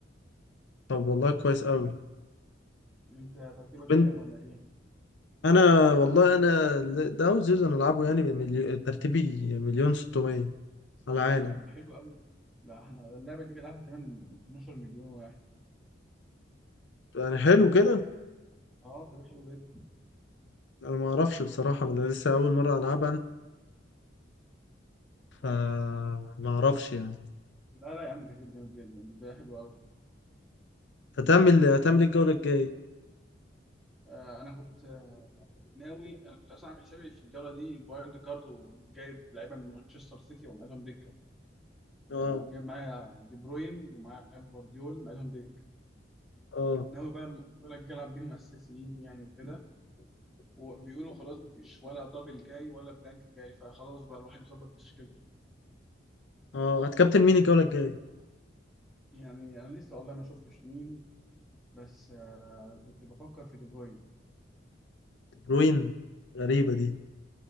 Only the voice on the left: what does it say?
طب والله كويس قوي
طب أنت
أنا والله أنا ده أول سيزون ألعبه يعني بملي- ترتيبي مليون 600 على العالم
يعني حلو كده
أنا ما أعرفش بصراحة أنا لسه أول مرة
ألعبها
فما أعرفش يعني
هتعمل هتعمل إيه الجولة الجاية
أه
أه
أه هتكابتن مين الجولة الجاية
روين غريبة دي